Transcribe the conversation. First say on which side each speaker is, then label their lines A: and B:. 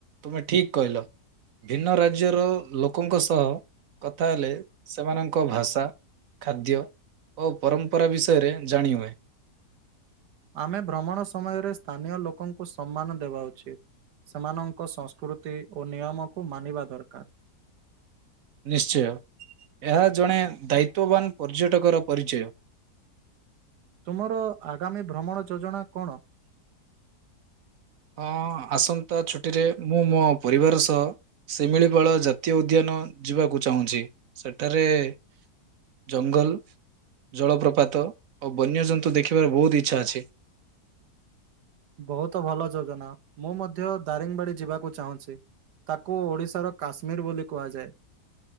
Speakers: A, on the right (about 65°); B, on the right (about 85°).
A: ତୁମେ ଠିକ୍ କଇଲ। ଭିନ୍ନ ରାଜ୍ୟର ଲୋକଙ୍କ ସହ କଥା ହେଲେ ସେମାନଙ୍କ ଭାଷା। ଖାଦ୍ୟ ଓ ପରମ୍ପରା ବିଷୟରେ ଜାଣି ହୁଏ।
B: ଆମେ ଭ୍ରମଣ ସମୟରେ ସ୍ଥାନୀୟ ଲୋକଙ୍କୁ ସମ୍ମାନ ଦେବା ଉଚିତ୍। ସେମାନଙ୍କ ସଂସ୍କୃତି ଓ ନିୟମକୁ ମାନିବା ଦରକାର।
A: ନିଶ୍ଚୟ ଏହା ଜଣେ ଦାୟିତ୍ଵବାନ ପର୍ଯ୍ୟଟକର ପରିଚୟ।
B: ତୁମର ଆଗାମୀ ଭ୍ରମଣ ଯୋଜନା କଣ?
A: ହଁ ଆସନ୍ତା ଛୁଟିରେ ମୁଁ ମୋ ପରିବାର ସହ ଶିମିଳିପାଳ ଜାତୀୟ ଉଦ୍ୟାନ ଯିବାକୁ ଚାହୁଁଚି। ସେଠାରେ- ଜଙ୍ଗଲ, ଜଳପ୍ରପାତ ଓ ବନ୍ୟଜନ୍ତୁ ଦେଖିବାକୁ ବହୁତ ଇଚ୍ଛା ଅଛି।
B: ବହୁତ ଭଲ ଯୋଜନା ମୁଁ ମଧ୍ୟ ଦାରିଙ୍ଗବାଡି ଯିବାକୁ ଚାହୁଁଚି। ତାକୁ ଓଡ଼ିଶାର କାଶ୍ମୀରି ବୋଲି କୁହାଯାଏ।